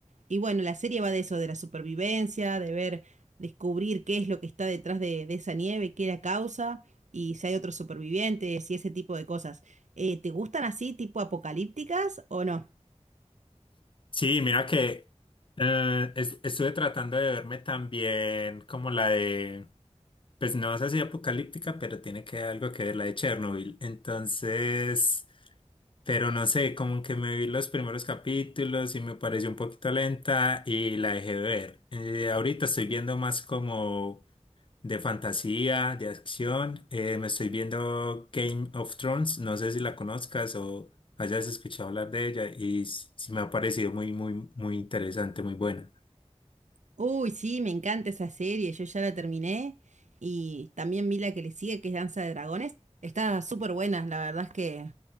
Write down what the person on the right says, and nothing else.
Y bueno, la serie va de eso, de la supervivencia, de ver, descubrir qué es lo que está detrás de, de esa nieve, qué la causa y si hay otros supervivientes y ese tipo de cosas. Eh, ¿te gustan así, tipo apocalípticas o no?
Uy, sí, me encanta esa serie, yo ya la terminé y también vi la que le sigue, que es Danza de Dragones. Está súper buena, la verdad es que